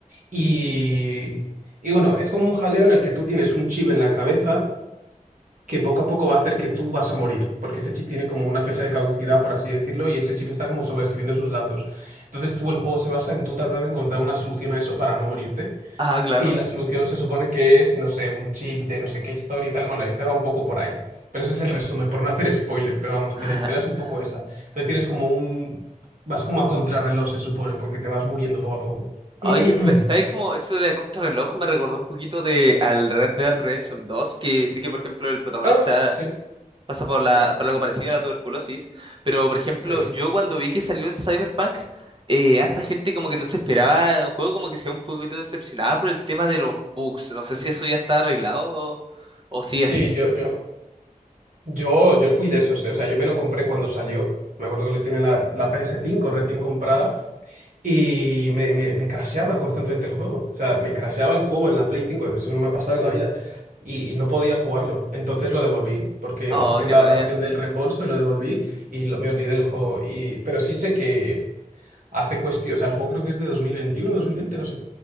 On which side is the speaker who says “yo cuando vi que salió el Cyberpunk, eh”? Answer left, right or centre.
Right